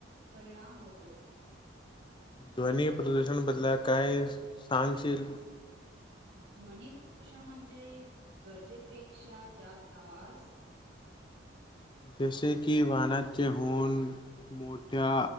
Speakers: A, on the right; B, on the left.
A: परिणाम होतो.
B: ध्वनी प्रदूषण बदला काय सांगशील?
A: ध्वनीपदूषण म्हणजे गरजेपेक्षा जास्त आवाज.
B: जसे की वाहनाचे हॉर्न, मोठ्या